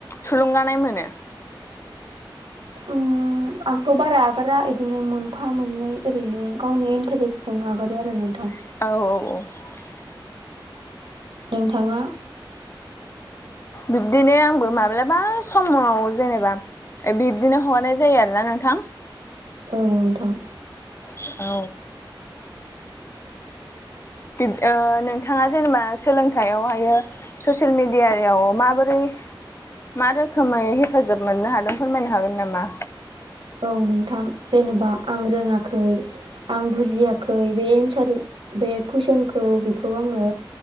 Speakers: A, on the left; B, on the right.
A: थुलुंगानाय मोनो?
B: उम उम आंथ' बारा आगारा बिदिनो मोनफा मोननै ओरैनो गावनि इन्टारेस्टजों आगारो आरो नों
A: औ औ औ
B: नोंथांङा?
A: बिब्दिनो आंबो माब्लाबा समाव जेनेबा बिब्दिनो हगारनाय जायो आरोना नोंथां।
B: औ नोंथां।
A: औ
B: <inaudible>
A: बिब नोंथांङा जेनेबा सोलोंथाइयावबो ससियेल मिडियायाव माबोरै मा रोखोमै हेफाजाब मोननो हादों फोरमायनो हागोन नामा?
B: औ नोंथां जेनेबा आं रोंङाखै आं बुजियाखै बे एन्सार बे कुइसनखौ बेखौ आंङो